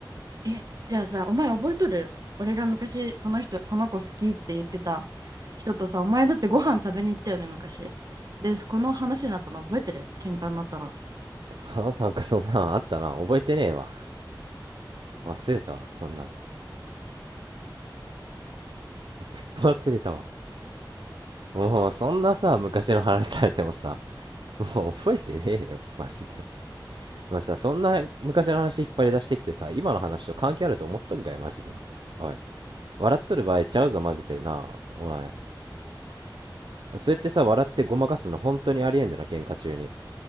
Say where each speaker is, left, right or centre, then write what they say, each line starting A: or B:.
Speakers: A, on the right; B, on the right.
A: え、じゃあさ、お前覚えとる俺が昔、この人、この子好きって言ってた人とさ、お前だってご飯食べに行ったよね、昔。で、この話になったの覚えてる喧嘩になったら。
B: はなんかそんなんあったな覚えてねえわ忘れたわそんなもん <laughs> 忘れたわもうそんなさ昔の話されてもさもう覚えてねえよマジでまあさそんな昔の話引っ張り出してきてさ今の話と関係あると思っとんかいマジでおい笑っとる場合ちゃうぞマジでなお前そうやってさ笑ってごまかすの本当にありえんでな喧嘩中に